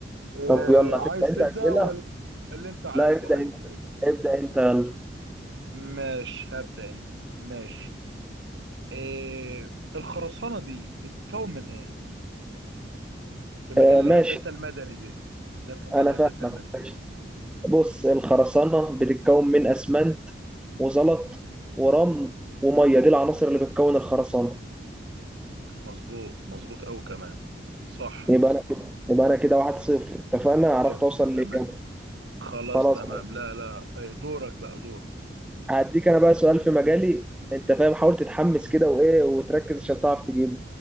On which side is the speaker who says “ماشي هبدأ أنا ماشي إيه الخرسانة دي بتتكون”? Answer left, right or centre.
Right